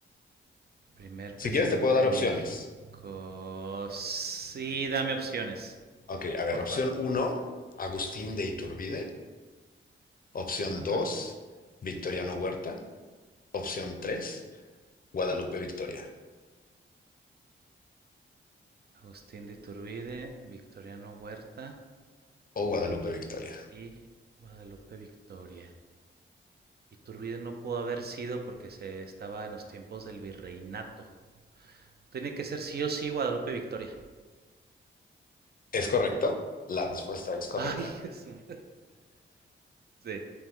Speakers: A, on the right; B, on the left.
A: Primer
B: Si
A: presidente
B: quieres te puedo dar
A: de
B: opciones.
A: México. Sí, dame opciones,
B: Ok, a ver,
A: porfa.
B: opción uno, Agustín de Iturbide. Opción
A: Ajá.
B: dos, Victoriano Huerta. Opción tres, Guadalupe Victoria
A: Agustín de Iturbide, Victoriano Huerta
B: o Guadalupe Victoria.
A: y Guadalupe Victoria. Iturbide no pudo haber sido porque se estaba en los tiempos del virreinato. Tiene que ser sí o sí Guadalupe Victoria.
B: ¿Es correcto? La respuesta es correcta.
A: Ay, Jesús. Sí,